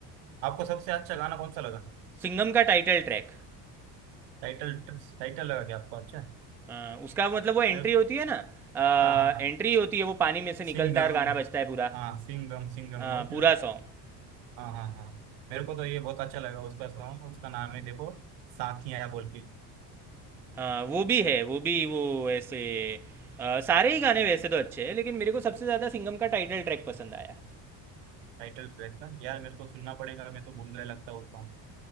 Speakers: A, on the right; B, in the centre.
A: आपको सबसे अच्छा गाना कौन सा लगा
B: सिंगम का टाइटल ट्रैक
A: टाइटल टाइटल लगा क्या आपको अच्छा
B: हाँ, उसका मतलब वो एंट्री
A: मेरे
B: होती है ना आ,
A: हाँ हाँ हाँ
B: एंट्री होती है वो पानी में से निकलता
A: सिंघम
B: है और गाना बजता है पूरा
A: हाँ सिंघम सिंघम
B: हाँ,
A: हो उसमें
B: पूरा सॉन्ग
A: हाँ हाँ हाँ मेरे को तो ये बहुत अच्छा लगा उसका सॉन्ग उसका नाम है देखो साथिया बोल के
B: हाँ वो भी है वो भी वो ऐसे अ, सारे ही गाने वैसे तो अच्छे हैं लेकिन मेरे को सबसे ज़्यादा सिंगम का टाइटल ट्रैक पसंद आया
A: टाइटल ट्रैक का यार मेरे को सुनना पड़ेगा मैं तो भूल गया लगता है उस सॉन्ग